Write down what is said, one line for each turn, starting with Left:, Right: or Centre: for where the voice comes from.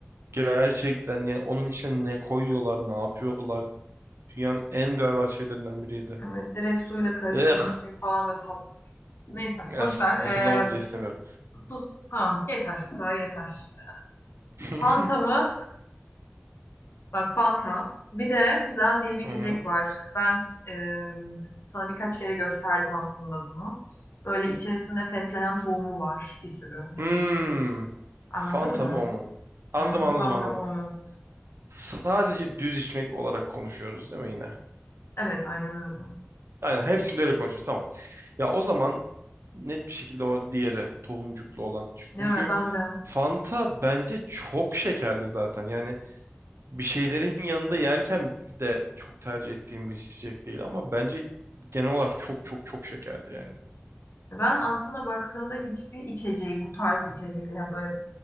Right: Gerçekten yani onun içine ne koyuyorlar, ne yapıyorlar? Dünyanın en berbat şeylerinden biriydi.
Left: Evet, direkt suyla karıştırılmış
Right: Eh,
Left: gibi falan böyle tatsız. Neyse
Right: eh,
Left: boş ver.
Right: hatırlamak bile
Left: Ee,
Right: istemiyorum.
Left: tuz falan yeter. Bu kadar yeter.
Right: <laughs>
Left: Fanta mı? Bak Fanta. Bir de Zen diye bir içecek
Right: Hı hı.
Left: var. Ben ee, sana birkaç kere gösterdim aslında bunu. Böyle içerisinde fesleğen tohumu var bir sürü. Min-
Right: Hmm.
Left: Anladın
Right: Fanta
Left: mı?
Right: mı o mu? Anladım,
Left: Hı hı,
Right: anladım,
Left: Fanta
Right: anladım.
Left: mı o mu?
Right: Sadece düz içmek olarak konuşuyoruz değil mi yine?
Left: Evet aynen öyle.
Right: Aynen, hepsinde öyle konuşuyoruz. Tamam. Ya o zaman net bir şekilde o diğeri tohumcuklu olan. Çünkü
Left: Ne öyle ben de.
Right: Fanta bence çok şekerli zaten. Yani bir şeylerin yanında yerken de çok tercih ettiğim bir içecek değil ama bence genel olarak çok çok çok şekerli yani.
Left: Ben aslında baktığımda hiçbir içeceği bu tarz içecekleri yani böyle